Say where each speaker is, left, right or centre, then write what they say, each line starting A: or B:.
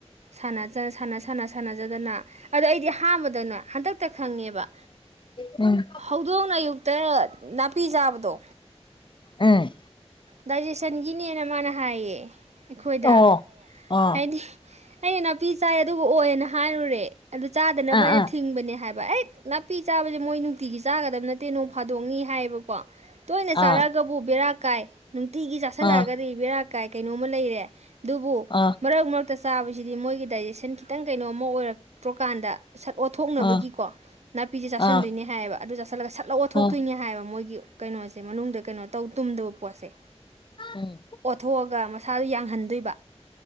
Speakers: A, on the right; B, on the left.
A: ꯥꯟ ꯁꯥꯟꯅꯖꯗꯅ ꯑꯗꯣ ꯑꯩꯗꯤ ꯑꯍꯥꯟꯕꯗꯅꯣ ꯍꯟꯗꯛꯇ ꯈꯪꯉꯦꯕ
B: ꯎꯝ
A: ꯍꯧꯗꯣꯡꯅ ꯑꯌꯨꯛꯇ ꯅꯥꯄꯤ ꯆꯥꯕꯗꯣ
B: ꯎꯝ
A: ꯗꯥꯏꯖꯦꯁꯟꯒꯤꯅꯦꯅ ꯃꯥꯅ ꯍꯥꯏꯌꯦ ꯑꯩꯈꯣꯏꯗ
B: ꯑꯣ ꯑꯥ
A: ꯍꯥꯏꯗꯤ ꯑꯩꯅ ꯅꯥꯄꯤ ꯆꯥꯏ ꯑꯗꯨꯕꯨ ꯑꯣꯏꯌꯦꯅ ꯍꯥꯏꯥꯏꯨꯔꯦ ꯑꯗꯨ ꯆꯥꯗꯅꯕ
B: ꯑꯥ
A: ꯑꯩꯅ ꯊꯤꯡꯕꯅꯦ ꯍꯥꯏꯕ ꯅ ꯄꯤ ꯆꯥꯕꯁꯦ ꯃꯣꯏ ꯅꯨꯡꯇꯤꯒꯤ ꯆꯥꯒꯗꯕ ꯅꯠꯇꯦ ꯅꯣꯡ ꯐꯥꯗꯣꯛꯅꯤ ꯍꯥꯏꯌꯦꯕ ꯋꯥ ꯇꯣꯏꯅ ꯆꯥꯔꯛꯑꯒꯕꯨ
B: ꯑꯥ
A: ꯕꯦꯔꯥꯛ ꯀꯥꯏ ꯅꯨꯡꯇꯤꯒꯤ ꯆꯥꯁꯤꯜꯂꯛꯑꯒꯗꯤ
B: ꯑꯥ
A: ꯦꯔꯥꯛ ꯀꯥꯏ ꯀꯩꯅꯣꯝꯃ ꯂꯩꯔꯦ ꯗꯨꯕꯨ
B: ꯑꯥ
A: ꯃꯔꯛ ꯃꯔꯛꯇ ꯆꯥꯕꯁꯤꯗꯤ ꯃꯒꯤ ꯗꯥꯏꯖꯦꯁꯟ ꯊꯟ ꯈꯤꯇꯪ ꯀꯩꯅꯣꯝ ꯑꯣꯏꯔꯛꯇ꯭ꯔꯣ ꯀꯥꯟꯗ ꯁꯠ ꯑꯣꯠꯊꯣꯛꯅꯕꯒꯤꯀꯣ
B: ꯑꯥ
A: ꯅꯥꯄꯤꯁꯦ ꯆꯥꯥꯁꯟꯗꯣꯏꯅꯦ
B: ꯑꯥ ꯑꯥ
A: ꯍꯥꯏꯌꯦꯕ ꯑꯗꯨ ꯆꯥꯥꯁꯜꯂꯒ ꯁꯠꯂ ꯑꯣꯠꯊꯣꯛꯇꯣꯏꯅꯦ
B: ꯑꯥ
A: ꯍꯥꯏꯕ ꯃꯣꯏꯒꯤ ꯀꯩꯅꯣꯁꯦ ꯃꯅꯨꯡꯗ ꯀꯩꯅꯣ ꯇꯧ ꯇꯨꯝꯗꯕ ꯄꯣꯠꯁꯦ
B: ꯎꯝ
A: ꯑꯣꯠꯊꯣꯛꯑꯒ ꯊꯜ ꯌꯥꯡꯍꯟꯗꯣꯏꯕ